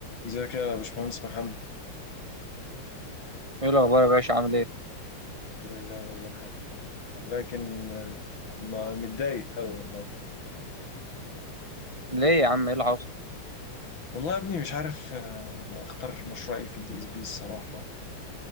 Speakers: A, on the left (about 60°); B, on the right (about 15°).
A: ازيك يا باشمهندس محمد
B: ايه الاخبار يا باشا عامل ايه
A: الحمد لله والله لكن آه، ما- متضايق أوي والله
B: ليه يا عم ايه اللي حصل
A: والله يا ابني مش عارف آه، اختار مشروع ايه في الدي اس بي الصراحة